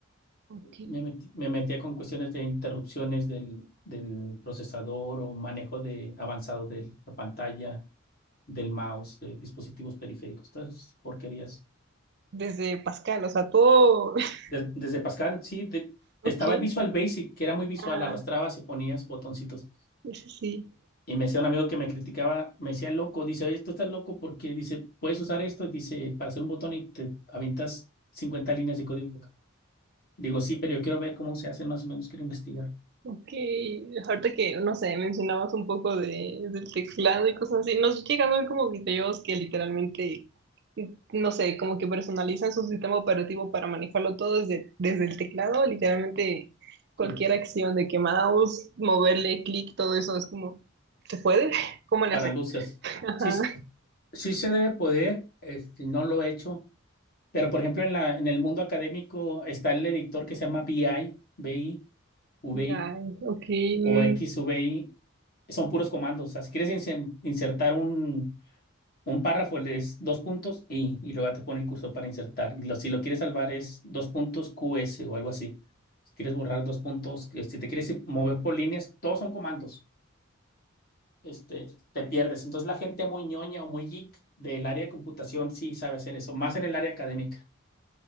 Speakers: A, on the right (about 50°); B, on the left (about 45°).
A: Ok.
B: Me, metí- me metía con cuestiones de interrupciones del, del procesador o manejo de avanzado de la pantalla, del mouse, de dispositivos periféricos, todas esas porquerías.
A: desde Pascal, o sea, todo, <laughs>
B: Des- desde Pascal, sí, de-
A: Ok.
B: estaba el Visual Basic, que era muy visual,
A: ah,
B: arrastrabas y ponías botoncitos.
A: eso sí,
B: Y me decía un amigo que me criticaba, me decía loco, dice, oye, tú estás loco porque dice, puedes usar esto, dice, para hacer un botón y te aventas 50 líneas de código acá. Digo, sí, pero yo quiero ver cómo se hace más o menos, quiero investigar.
A: ok, ahorita que, no sé, mencionabas un poco de, del teclado y cosas así, nos llegan a ver como videos que literalmente, no sé, como que personalizan su sistema operativo para manejarlo todo desde, desde el teclado, literalmente cualquier
B: Sí,
A: acción de que mouse, moverle, clic, todo eso es como, ¿se puede? <laughs> ¿Cómo le
B: para
A: hacen?
B: losers.
A: Ajá,
B: Sí, s- sí se debe poder, este, no lo he hecho, pero por ejemplo en la, en el mundo académico está el editor que se llama BI, BI, VI
A: ya, ok.
B: o
A: Mm,
B: XVI son puros comandos. O sea, si quieres inse- insertar un, un párrafo, le des dos puntos y, y luego te pone el cursor para insertar. Y lo- si lo quieres salvar es dos puntos QS o algo así. Si quieres borrar dos puntos, que si te quieres ir- mover por líneas, todos son comandos. Este, te pierdes. Entonces la gente muy ñoña o muy geek del área de computación sí sabe hacer eso, más en el área académica.